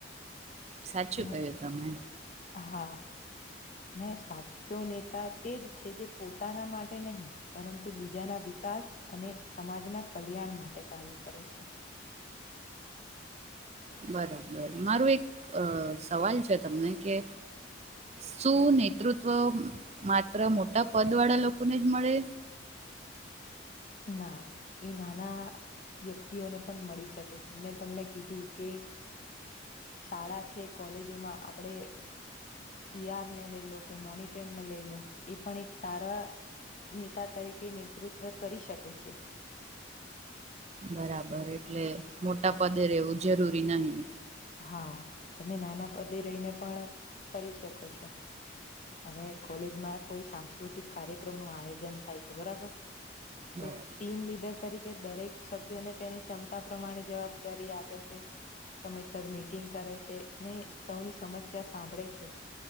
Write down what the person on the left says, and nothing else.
અને
હા અને સાચો નેતા તે જ છે જે પોતાના માટે નહીં પરંતુ બીજાના વિક કાસ અને સમાજના કલ્યાણ માટે કાર્ય કરે છે. <inaudible>
ના એ નાના વ્યક્તિઓને પણ મળી શકે છે મેં તમને કીધું કે શાળા છે કોલેજોમાં આપડે સી આર ને લઈ લો કે મોનિટરને લઈ લો એ પણ એક સારા નેતા તરીકે નેતૃત્વ કરી શકે છે
હા તમે નાના પદે રહીને પણ કરી શકો છો હવે કોલેજમાં કોઈ સાંસ્કૃતિક કાર્યક્રમનું આયોજન થાય છે બરાબર
તો ટીમ લીડર તરીકે દરેક સભ્યોને તેની ક્ષમતા પ્રમાણે જવાબદારી આપે છે સમ સર મીટિંગ કરે છે અને સૌની સમસ્યા સાંભળે છે